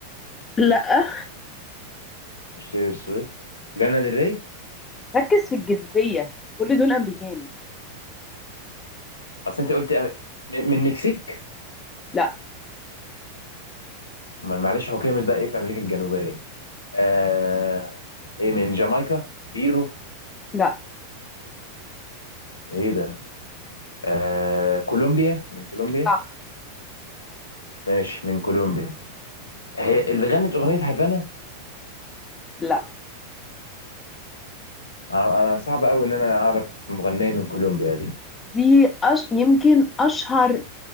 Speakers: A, on the left (about 20°); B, on the left (about 75°).
A: لا
B: مش تيلور سويفت لانا ديل ري
A: ركز في الجنسية كل دول أمريكان
B: اصل انت قلت أم- م- من مكسيك
A: لا
B: امال معلش هو كامل بقى ايه في امريكا الجنوبيه آه... ايه من جامايكا بيرو
A: لا
B: ايه ده آه... كولومبيا من كولومبيا
A: صح
B: ماشي من كولومبيا هي اللي غنت اغنيه هافانا
A: لا
B: انا أنا صعب قوي ان انا اعرف مغنيه من كولومبيا دي
A: دي أش... يمكن أشهر